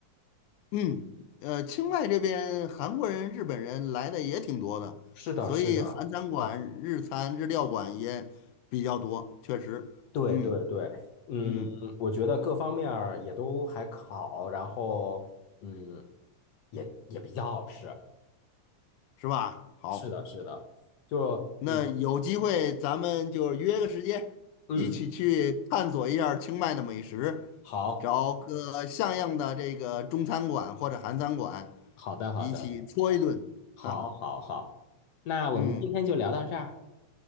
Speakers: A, on the left; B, on the left.
A: 嗯，呃，清迈这边韩国人、日本人来的也挺多的，
B: 是的，
A: 所以韩餐馆、
B: 是的，
A: 日餐、日料馆也比较多，确实，
B: 对对对，
A: 嗯
B: 嗯，
A: 嗯，
B: 我觉得各方面儿也都还好，然后，嗯，也也比较好吃。
A: 是吧？好。
B: 是的，是的，就，
A: 那有机会咱们就约个时间，
B: 嗯嗯，
A: 一起去探索一下儿清迈的美食，
B: 好，
A: 找个像样的这个中餐馆或者韩餐馆，
B: 好的，好的。
A: 一起搓一顿，<laughs>
B: 好，
A: 哈哈，
B: 好，好，那我们今天就聊到这儿。
A: 嗯，